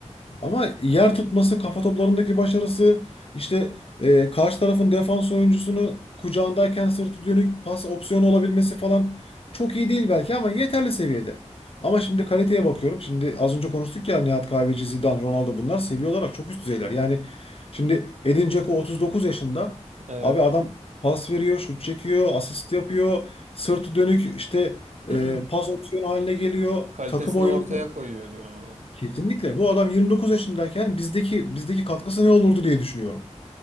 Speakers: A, on the left; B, on the right.
A: ama yer tutması, kafa toplarındaki başarısı, işte e, karşı tarafın defans oyuncusunu kucağındayken sırtı dönük pas opsiyonu olabilmesi falan çok iyi değil belki ama yeterli seviyede. Ama şimdi kaliteye bakıyorum. Şimdi az önce konuştuk ya Nihat Kahveci, Zidane, Ronaldo bunlar seviye olarak çok üst düzeyler. Yani şimdi Edin Dzeko 39 yaşında.
B: Evet.
A: Abi adam pas veriyor, şut çekiyor, asist yapıyor. Sırtı dönük işte
B: <clears throat>
A: e, pas opsiyonu haline geliyor.
B: Kalitesini
A: Takım oyunu
B: ortaya koyuyor diyorsun yani.
A: Kesinlikle. Bu adam 29 yaşındayken bizdeki bizdeki katkısı ne olurdu diye düşünüyorum.